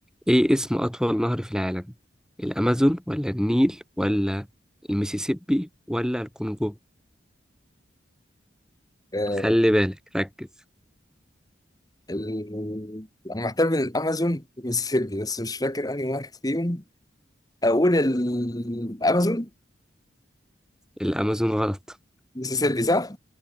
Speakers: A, in the centre; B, on the left.
A: ايه اسم اطول نهر في العالم الامازون ولا النيل ولا المسيسيبي ولا الكونغو
B: آه
A: خلي بالك ركز
B: ال... انا محتار بين الامازون والمسيسيبي بس مش فاكر انهي واحد فيهم اقول ال- الامازون
A: الامازون غلط
B: المسيسيبي صح؟